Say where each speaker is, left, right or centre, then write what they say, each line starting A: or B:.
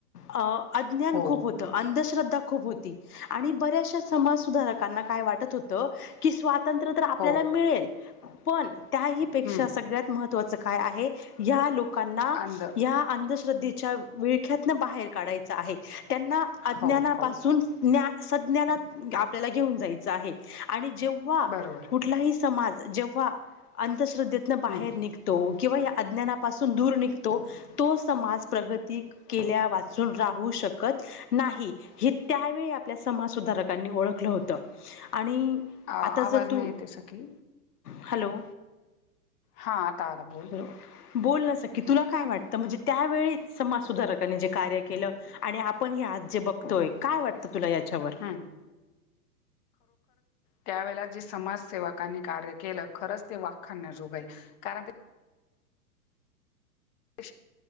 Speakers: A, on the left; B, on the left.
A: अ अज्ञान
B: हो
A: खूप होतं अंधश्र श्रद्धा खूप होती आणि बऱ्याचशा समाजसुधारकांना काय वाटत होतं की स्वा स्वांतत्र्य तर आपल्याला
B: हो
A: मिळेल पण त्याही पेक्षा
B: हम्म
A: सगळ्यात मह त्वाचं काय आहे हया लोकांना
B: अंध
A: हया अंधश्रद्धेच्या विळख्यात बाहेर काढायच आहे त्यांना अज्ञनापासून
B: हो हो
A: ज्ञान सज्ञानात आपल्याला घेऊन जायचं आहे आणि जेव्हा
B: बरोबर
A: कुठलाही समाज जेव्हा अंधश्रद्धेतन बाहेर
B: हम्म
A: निघतो किंवा या अज्ञानापासून दूर निघतो तो समाज प्रगती केल्यावाचुन राहू शकत नाही हे त्यावेळी आपल्या समाज सुधारकांनी ओळखलं होत. आणि
B: आ-
A: आता
B: आवाज
A: जर
B: नाही
A: तू
B: येते सखी
A: हॅलो
B: हा आता आला बोल
A: हॅलो बोल नं सखी तुला काय वाटतं म्हणजे त्यावेळी समाज सुधारकांनी जे कार्य केलं आणि आपण हे आज जे बघतोय काय वाटतं तुला याच्यावर
B: हम्म त्यावेळे जी समाजसेवकांनी कार्य केलं खरंच ते वाखान्या जोग कारण ते <inaudible>